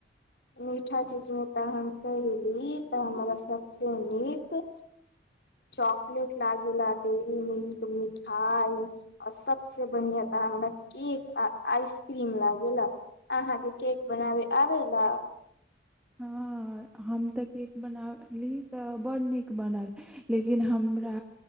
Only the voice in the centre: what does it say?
हँ हम तऽ केक बनाली तऽ ब्ड नीक बनल लेकिन हमरा